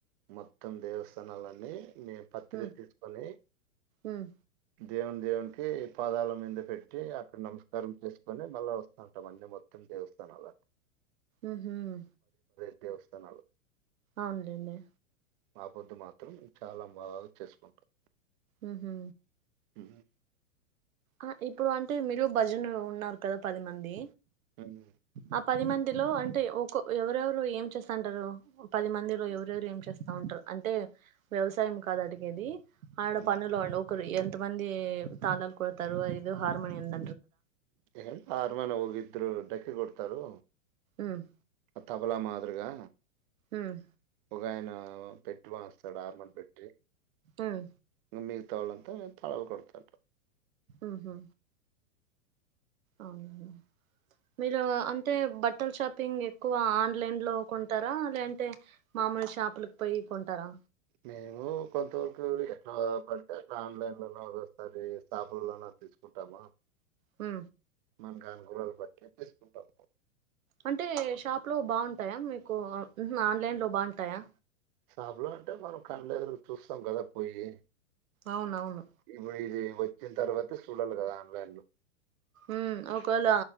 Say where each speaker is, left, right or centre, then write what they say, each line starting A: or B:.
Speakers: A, on the right; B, on the right.
A: మొత్తం దేవస్థానాలన్నీ మీ పత్రిక్తీస్కొని
B: ఉమ్ ఉమ్
A: దేవున్దేవున్కి పాదాల మింద పెట్టి అక్కడ నమస్కారం చేసుకొని మళ్ళా ఓస్తావుంటమండి మొత్తం దేవస్థానాల
B: ఉహ్మ్
A: దేవస్థానాలు
B: ఔన్లెండి
A: ఆ పొద్దు మాత్రం చాలా బాగా చేసుకుంటాం
B: ఉమ్ హు
A: ఉమ్ హు
B: అ ఇప్పుడు అంటే మీరు భజనలో ఉన్నారు కదా పది మంది
A: మ్
B: ఆ పది మందిలో అంటే ఒక ఒ ఎవరెవరు ఏం చేస్తంటారు పది మందిలో ఎవరెవరేం చేస్త్ టారు అంటే వ్యవసాయం కాదడిగేది ఆడ
A: ఉమ్.
B: పనులోండ్ ఒకరు ఎంత మంది తాళాలు కొడతారు ఏదో హార్మోనియన్ంద
A: ఉమ్ హార్మొనీ ఒకిద్దరు డక్కి కొడతారు
B: ఉమ్
A: తబలా మాదిరిగా
B: ఉమ్
A: ఒక ఆయన పెట్టి వాస్తాడు ఆర్మల్ పెట్టి
B: ఉమ్
A: ఇ మ్మ్ మిగతా వాళ్ళంతా తాళాల్ కొడతావుంటారు
B: మ్ హు ఔనండి మీరు అంటే బట్టల్షాపింగ్ ఎక్కువ ఆన్లైన్ లో కొంటారా లేఅంటే మా మామూల్ షాపులక్పోయి కొంటారా
A: మేము కొంత వరకు ఎట్లా పడితే అట్లా ఆన్లైన్లోన ఒగోసారి షాపుల్లోనా తెచ్క్ టామ
B: మ్
A: మనకు అనుకులాలు బట్టి తీస్కుంటాం
B: అంటే షాప్ లో బావుంటాయా మీకు మ్ హ్ ఆన్లైన్ లో బావుంటాయా
A: షాప్లో అంటే మనం కండ్లేదురుగ్ చూస్తాం గదా పోయి
B: అవునవును
A: ఇప్పుడు ఇది ఒచ్చిన్తర్వాతే సూడాల్ల గదా ఆన్లైన్ లో
B: ఉమ్ ఒక వేల